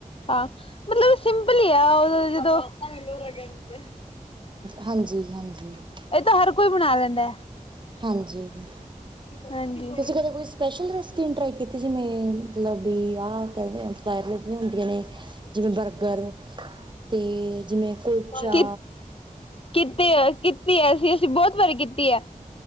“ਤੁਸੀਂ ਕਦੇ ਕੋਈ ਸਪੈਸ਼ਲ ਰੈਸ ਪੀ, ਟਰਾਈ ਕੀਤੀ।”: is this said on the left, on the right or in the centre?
Right